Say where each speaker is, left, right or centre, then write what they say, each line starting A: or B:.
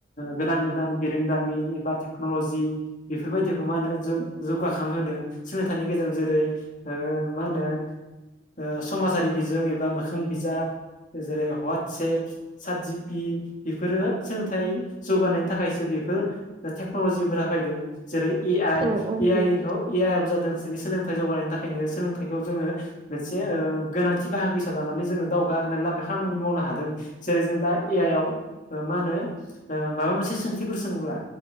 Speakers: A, on the left; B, on the right.
A: गोदान गोदान बिरोंदामिन एबा टेक्नलजि बेफोरबायदिखौ मा होनो जुग जौगाखांहोदों सोलोंथाइनि गेजेरजों जेरै ओ मा होनो ओ समाजारि बिजों एबा मोखां बिजाब जेरै हवाटसेएप सातजपि बेफोरो सोलोंथाइ जौगानायनि थाखायसो बे बे टेक्नलजिफोरा फैदों जेरै ए आइ
B: औ औ
A: ए
B: नंगौ
A: आइआबो जादों। बिनि सोलोंथाइ जौगानायनि थाखायनो सोलोंथाइखौ जोङो मोनसे ओ गोनांथि बाहागो हिसाब लानानै जोङो दावगा होनाय लाम खामानि मावनो हादों जेरै जों दा ए आइ आव मा होनो माबा मोनसे सोंथिफोर सोङोब्ला